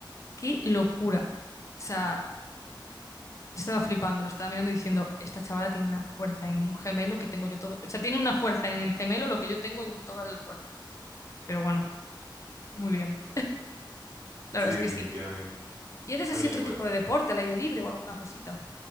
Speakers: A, on the left; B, on the right.
A: qué locura. O sea, Yo estaba flipando, lo estaba mirando y diciendo, esta chavala tiene una fuerza en un gemelo que tengo yo todo. O sea, tiene una fuerza en el gemelo lo que yo tengo en todo el cuerpo. Pero bueno, muy bien. La
B: Sí,
A: verdad es
B: definitivamente.
A: que sí. ¿Y haces
B: Bueno,
A: así otro
B: igual.
A: tipo de deporte, al aire libre o alguna cosita?